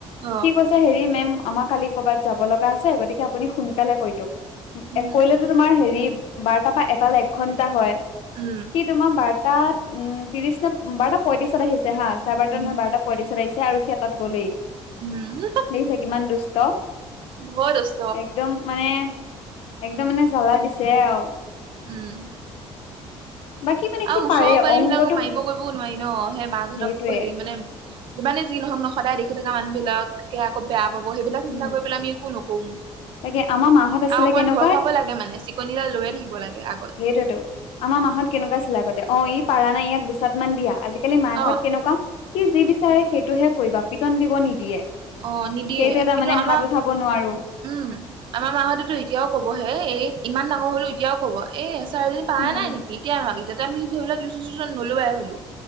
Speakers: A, on the right; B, on the left.
A: অ
B: সি কৈছে হেৰি মেম আমাৰ কালি কৰ'বাত যাব লগা আছে গতিকে আপুনি সোনকালে কৰি দিয়ক।
A: উম
B: কৰিলেতো তোমাৰ হেৰি বাৰটাৰপা এটালৈ এক ঘন্টা হয়।
A: উম।
B: সি তোমাৰ বাৰটা উম, ত্ৰিশ নে বাৰটা পঁয়ত্ৰিশত আহিছে হা চাৰে বাৰটাত
A: উম
B: নহয় বাৰটা পয়ত্ৰিছত আহিছে আৰু সি এটাত গ'লেই।
A: উম,
B: দেখিছা কিমান দুষ্ট।
A: বৰ দুচ
B: একদম মানে একদম মানে জ্বালা দিছে আৰু।
A: উম।
B: বাকী মানে সি
A: আৰু
B: পাৰে
A: ওচৰৰ পাৰীবিলাকক
B: অংকটো
A: মাৰিব কৰিবও নোৱাৰি ন' সেই মাকহঁতক
B: সেইটোৱে
A: হেৰি মানে যিমানে যি নহওক ন' সদায় দেখি থকা মানুহবিলাক কে আকৌ বেয়া পাব সেইবিলাক
B: উম
A: চিন্তা কৰি পেলাই আমি একো নকৰোঁ।
B: তাকে আমাৰ মাহত আছিলে
A: আৰু অকমান
B: কেনেকুৱা
A: ভয় খুৱাব লাগে মানে, চিকনিডাল লৈয়ে থাকিব লাগে আগত।
B: সেইটোয়েতো। আমাৰ মাহত কেনেকুৱা আছিলে আগতে অ' ই পাৰা নাই ইয়াক দুচ চাত মান দিয়া, আজিকালি মাকহঁত
A: অ',
B: কেনেকুৱা সি যি বিচাৰে সেইটোহে কৰিবা পিটন দিব নিদিয়ে।
A: অ', নিদিয়ে
B: সেইটো এটা
A: কিন্তু
B: মানে
A: আমাৰ
B: হাত উঠাব নোৱাৰো।
A: উম আমাৰ মাহঁতেতো এতিয়াও ক'বহে এই ইমান ডাঙৰ হ'লো এতিয়াও ক'ব এ এচাৰি পাৰা
B: উম
A: নাই নেকি এতিয়া ইহ'তে আমি ধৰিল টিউচন চিউচন নলোৱাই হ'লো।